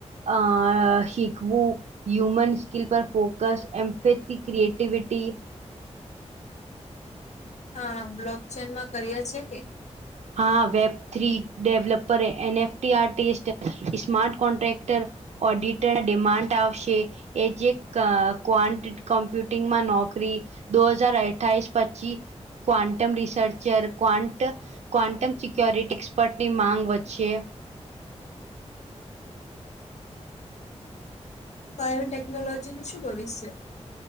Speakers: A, on the right; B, on the left.
A: અ શીખવું હ્યુમન સ્કીલ પર ફોકસ એમ્ફેથી ક્ર્રીએટીવિટી
B: હા બ્લોક ચેનમાં કર્યા છે કે
A: હા web three developer NFT artist smart contractor auditor demand આવશે એ જે ક્ કોમ્પ્યુટિંગમાં નોકરી. દો હજાર અઠ્ઠઇસ પચી quantum researcher quant quantum security એક્સપર્ટની માંગ વચ્ચે
B: બાયો ટેકનોલોજી નું શું ભવિષ્ય.